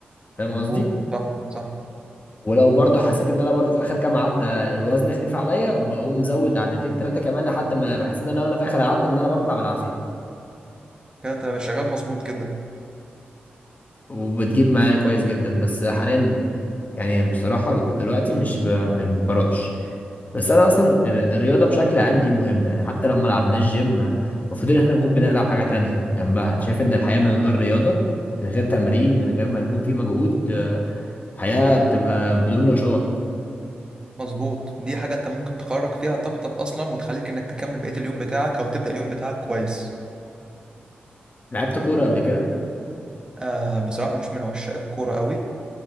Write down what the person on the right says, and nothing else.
مظبوط
صح صح
آه،
كده انت شغال مظبوط كده
مظبوط دي حاجة انت ممكن تخرج فيها طاقتك اصلا وتخليك انك تكمل بقية اليوم بتاعك او تبدأ اليوم بتاعك كويس
آه بصراحة مش من عشاق الكورة قوي